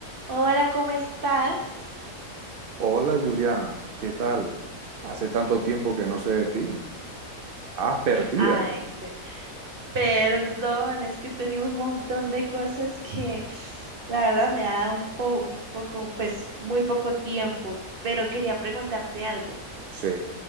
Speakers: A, on the right (about 40°); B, on the right (about 60°).
A: Hola, ¿cómo estás?
B: Hola Juliana, ¿qué tal? Hace tanto tiempo que no sé de ti. ¿Estabas perdida?
A: Ay, pe- perdón, es que tenía un montón de cosas que la verdad me da un po- un poco, pues muy poco tiempo, pero quería preguntarte algo.
B: Sí,